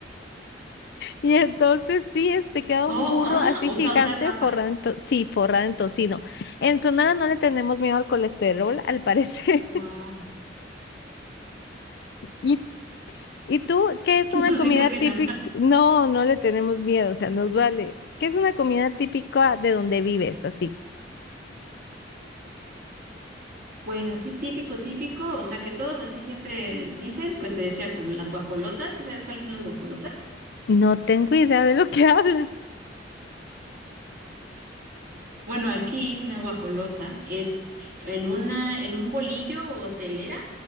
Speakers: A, on the left (about 60°); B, on the right (about 50°).
A: Y entonces sí, este queda un
B: oh,
A: burro
B: ah,
A: así
B: o
A: gigante
B: saltar capa.
A: forrado en to- sí, forrado en tocino. En Sonora no le tenemos miedo al colesterol, al parecer.
B: Wow.
A: <laughs> ¿Y, y tú qué es
B: <laughs>
A: una
B: No,
A: comida
B: sí, creo que
A: típica?
B: no.
A: No, no le tenemos miedo, o sea, nos vale. ¿Qué es una comida típica de donde vives? Así.
B: Pues así típico, típico, o sea que todos así siempre dicen, pues te decía como las guajolotas, ¿sí sabes cuáles son las guajolotas?
A: No tengo idea de lo que <laughs> hablas.
B: Bueno, aquí una guajolota es en una, en un bolillo o telera,